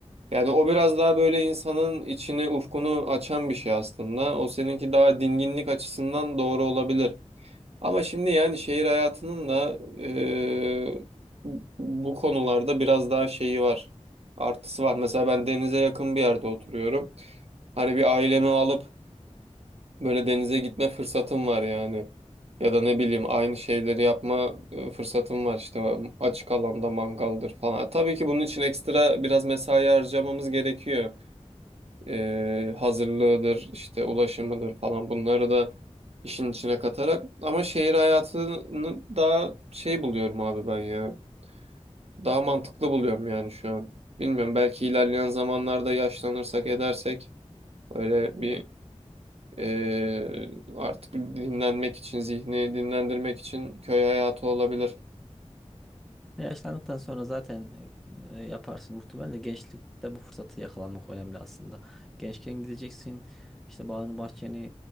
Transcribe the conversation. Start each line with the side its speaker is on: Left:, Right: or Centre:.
Right: Yani o biraz daha böyle insanın içini, ufkunu açan bir şey aslında. O seninki daha dinginlik açısından doğru olabilir. Ama şimdi yani şehir hayatının da eee, bu konularda biraz daha şeyi var. Artısı var. Mesela ben denize yakın bir yerde oturuyorum. Hani bir ailemi alıp böyle denize gitme fırsatım var yani. Ya da ne bileyim aynı şeyleri yapma e, fırsatım var işte açık alanda mangaldır falan. Tabii ki bunun için ekstra biraz mesai harcamamız gerekiyor e, hazırlığıdır, işte ulaşımıdır falan bunları da işin içine katarak. Ama şehir hayatını daha şey buluyorum abi ben ya. Daha mantıklı buluyorum yani şu an. Bilmiyorum belki ilerleyen zamanlarda yaşlanırsak edersek öyle bir e, artık dinlenmek için, zihni dinlendirmek için köy hayatı olabilir.
Centre: Yaşlandıktan sonra zaten e, e, yaparsın muhtemelen de gençlikte bu fırsatı yakalamak önemli aslında. Gençken gideceksin işte bağını bahçeni